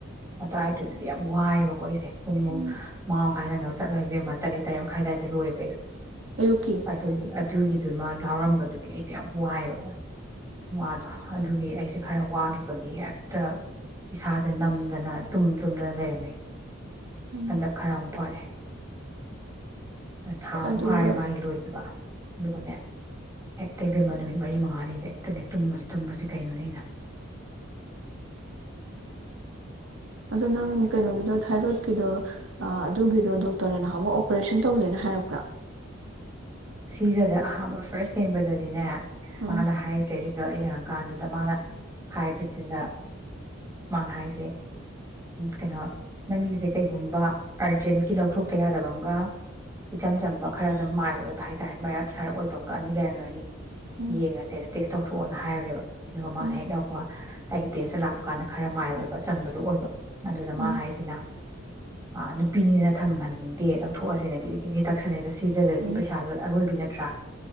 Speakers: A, on the right; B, on the right.
A: ꯑꯗꯨꯋꯥꯏꯗꯨꯗ ꯌꯥꯝ ꯋꯥꯏꯑꯦꯕꯀꯣ ꯑꯩꯁꯦ ꯄꯨꯡ ꯃꯉꯥ
B: ꯎꯝ
A: ꯃꯈꯥꯏ ꯅꯪꯅꯕ ꯆꯠꯂ ꯏꯕꯦꯝꯃ ꯇꯔꯦꯠꯗ ꯇꯔꯦꯠꯃꯈꯥꯏ ꯑꯗꯨꯋꯥꯏꯗ ꯂꯣꯏꯕ ꯑꯩꯗꯣ
B: ꯑꯌꯨꯛꯀꯤ
A: ꯑꯗꯨꯒꯤ ꯑꯗꯨꯒꯤꯗꯨ ꯃꯥꯒꯤ ꯌꯥꯎꯔꯝꯕꯗꯨꯒꯤ ꯑꯩꯗꯤ ꯌꯥꯝ ꯋꯥꯏꯑꯕ ꯃꯥꯗꯣ ꯑꯗꯨꯒꯤ ꯑꯩꯁꯦ ꯈꯔ ꯋꯥꯈꯤꯕꯒꯤ ꯍꯦꯛꯇ ꯏꯁꯥꯁꯦ ꯅꯝꯗꯅ ꯇꯨꯝ ꯇꯨꯝꯗꯅ ꯂꯩꯔꯝꯃꯤ
B: ꯎꯝ
A: ꯍꯟꯗꯛ ꯈꯔ ꯑꯃꯨꯛ ꯐꯔꯦ ꯊꯥ ꯑꯃꯨ
B: ꯑꯗꯨꯗ
A: ꯐꯥꯔꯦ ꯃꯥꯒꯤ ꯂꯣꯏꯈꯤꯕ ꯑꯗꯨꯒꯅꯦ ꯍꯦꯛꯇ ꯏꯕꯦꯝꯕ ꯅꯨꯃꯤꯠ ꯃꯔꯤ ꯃꯉꯥꯅꯤꯁꯦ ꯍꯦꯛꯇꯅꯦ ꯇꯨꯝꯕꯁꯤ ꯇꯨꯝꯕꯁꯤ ꯀꯩꯅꯣꯅꯤ ꯑꯩꯅ
B: ꯑꯗꯣ ꯅꯪ ꯀꯩꯅꯣꯒꯤꯗꯣ ꯊꯥꯏꯔꯣꯏꯗꯀꯤꯗꯣ ꯑꯗꯨꯒꯤꯗꯣ ꯗꯣꯛꯇꯔꯅ ꯅꯍꯥꯟ ꯑꯃꯨꯛ ꯑꯣꯄꯔꯦꯁꯟ ꯇꯧꯖꯦꯅ ꯍꯥꯏꯔꯛꯄ꯭ꯔꯥ
A: ꯁꯤꯁꯤꯗ ꯑꯍꯥꯟꯕ ꯐꯥꯔꯁ ꯌꯦꯡꯕꯗꯗꯤꯅꯦ
B: ꯎꯝ
A: ꯃꯥꯅ ꯍꯥꯏꯔꯤꯖꯦ ꯔꯤꯖꯂ ꯀꯥꯟꯗꯨꯗ ꯃꯥꯅ ꯍꯥꯏꯕꯁꯤꯗ ꯃꯥꯅ ꯍꯥꯏꯁꯦ ꯀꯩꯅꯣ ꯅꯪꯒꯤꯁꯦ ꯀꯩꯒꯨꯝꯕ ꯑꯔꯖꯦꯟꯒꯤ ꯂꯧꯊꯣꯛꯇ ꯌꯥꯗꯕ ꯑꯃꯒ ꯏꯆꯝ ꯆꯝꯕ ꯈꯔꯗ ꯃꯥꯏꯜ ꯑꯣꯏ <unintelligible> ꯃꯔꯛ ꯁꯥꯍꯔ ꯑꯣꯏꯕ ꯑꯃꯒ ꯑꯅꯤ ꯂꯩꯔꯝꯒ ꯑꯅꯤ
B: ꯎꯝ
A: ꯌꯦꯡꯉꯁꯦꯅ ꯇꯦꯁ ꯇꯧꯊꯣꯛ ꯊꯣꯛꯅ ꯍꯥꯏꯔꯃꯦꯕ ꯑꯗꯨꯒ ꯃꯥꯅ
B: ꯎꯝ
A: ꯍꯦꯛ ꯌꯥꯎꯄꯒ ꯑꯩꯒꯤ ꯇꯦꯁ ꯂꯥꯛꯄ ꯀꯥꯟꯗ ꯈꯔ ꯃꯥꯏ ꯑꯣꯏꯕ ꯆꯝꯕꯗꯨꯣ ꯑꯣꯏꯕ ꯑꯗꯨꯗ
B: ꯎꯝ
A: ꯃꯥ ꯍꯥꯏꯁꯤꯅ ꯑ ꯅꯨꯄꯤꯅꯤꯅ ꯊꯝꯍꯟꯅꯤꯡꯗꯦ ꯂꯧꯊꯣꯛꯑꯁꯤꯅ ꯗꯤꯔꯤꯔꯤ ꯇꯛꯁꯜꯂꯦ ꯑꯗꯣ ꯁꯤꯖꯗꯗꯤ
B: ꯎꯝ
A: ꯄꯩꯁꯥ ꯑꯔꯣꯏꯕꯤ ꯅꯠꯇ꯭ꯔꯥ